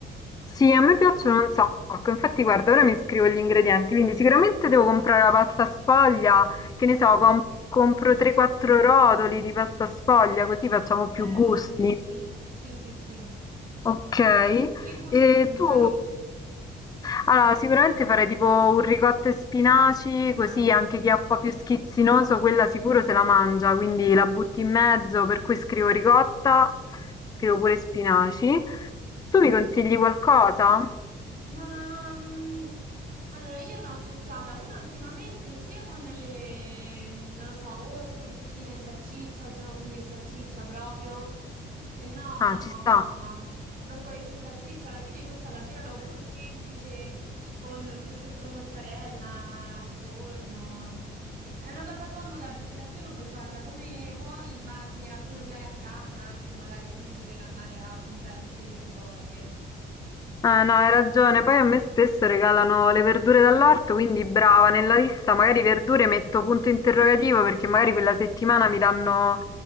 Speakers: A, on the left (about 20°); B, on the right (about 45°).
A: sì, a me piacciono un sacco. Infatti, guarda, ora mi scrivo gli ingredienti, quindi sicuramente devo comprare la pasta sfoglia, che ne so, com- compro 3-4 rotoli di pasta sfoglia, così facciamo più
B: Eh,
A: gusti.
B: sì, sì, sì, sì.
A: Ok.
B: Che gusti
A: E
B: pensavi
A: tu?
B: tu?
A: Allora, sicuramente farei tipo un ricotta e spinaci,
B: Brava.
A: così anche chi è un po' più schizzinoso, quella sicuro se la mangia, quindi la butti in mezzo, per cui scrivo ricotta, scrivo pure spinaci. Tu
B: Mm.
A: mi consigli qualcosa?
B: Ma mm, allora io ne ho assaggiata una ultimamente sia con le, mm, non lo so, o tipo zucchine e salsiccia, se no funghi e salsiccia proprio, se no
A: Ah, ci sta.
B: mm, broccoletti e salsiccia. Alla fine questa davvero l'ho pure semplice con prosciutto e mozzarella al forno. È una cosa comoda perché davvero puoi farla come vuoi in base a quello che hai a casa, anche magari senza dover andare a comprare ulteriori cose.
A: Ah no, hai ragione. Poi a me spesso regalano le verdure dall'orto, quindi brava, nella lista magari verdure metto punto interrogativo perché magari quella settimana mi danno